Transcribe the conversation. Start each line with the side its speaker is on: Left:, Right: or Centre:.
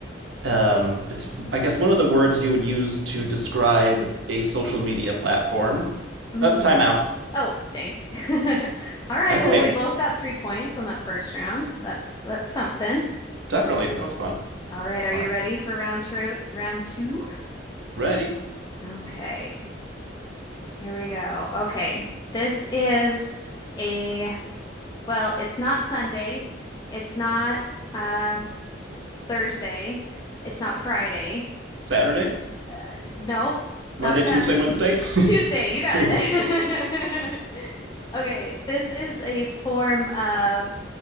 Right: Um, it's I guess one of the words you would use to describe a social media platform.
Left: Mm.
Right: Up, oh, time out.
Left: Oh, dang. <laughs> All right.
Right: Okay,
Left: Well, we both got three points on that first round. That's that's something.
Right: definitely that was fun.
Left: All right. Are
Right: All
Left: you
Right: right,
Left: ready for round two? Round two?
Right: ready?
Left: Okay. Here we go. Okay. This is a well, it's not Sunday. It's not um, Thursday. It's not Friday.
Right: Saturday,
Left: Uh, nope, not
Right: Monday,
Left: Saturday.
Right: Tuesday, Wednesday.
Left: Tuesday,
Right: <laughs>
Left: you got it. <laughs> Okay, this is a form of